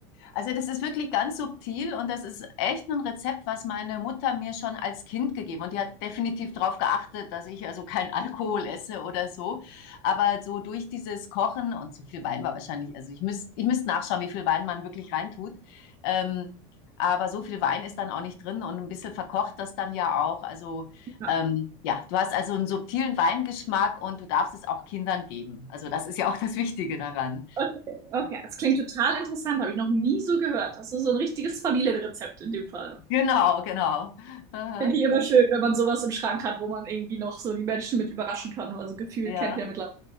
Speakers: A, on the left; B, on the right.
A: Also das ist wirklich ganz subtil und das ist echt ein Rezept, was meine Mutter mir schon als Kind gegeben und die hat definitiv darauf geachtet, dass ich also keinen Alkohol esse oder so. Aber so durch dieses Kochen und so viel Wein war wahrscheinlich, also ich müsste ich müsst nachschauen, wie viel Wein man wirklich reintut. Ähm, aber so viel Wein ist dann auch nicht drin und ein bisschen verkocht das dann ja auch. Also
B: Ja.
A: ähm, ja, du hast also einen subtilen Weingeschmack und du darfst es auch Kindern geben. Also das ist ja auch das Wichtige daran.
B: Okay. okay, das klingt total interessant, habe ich noch nie so gehört. Das ist so ein richtiges Familienrezept in dem Fall.
A: Genau, genau. Aha.
B: Finde ich immer schön, wenn man sowas im Schrank hat, wo man irgendwie noch so die Menschen mit überraschen kann. Also gefühlt
A: Ja.
B: kennt ja mittlerweile